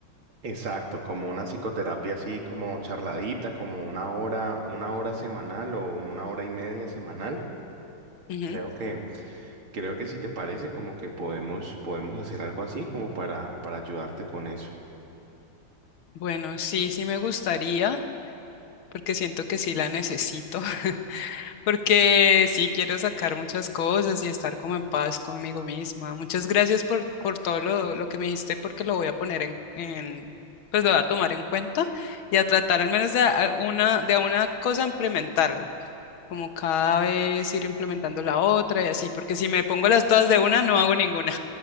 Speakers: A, on the right (about 85°); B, on the left (about 80°).
A: Exacto, como una psicoterapia así como charladita, como una hora, una hora semanal o una hora y media semanal.
B: Ujú.
A: Creo que, creo que si te parece, como que podemos, podemos hacer algo así como para, para ayudarte con eso.
B: Bueno, sí, sí me gustaría. porque siento que sí la necesito, <laughs> porque sí quiero sacar muchas cosas y estar como en paz conmigo misma. Muchas gracias por, por todo lo, lo que me dijiste, porque lo voy a poner en, en, pues lo voy a tomar en cuenta y a tratar al menos de a- a una, de a una cosa implementarla, como cada vez ir implementando la otra y así, porque si me pongo las todas de una, no hago ninguna.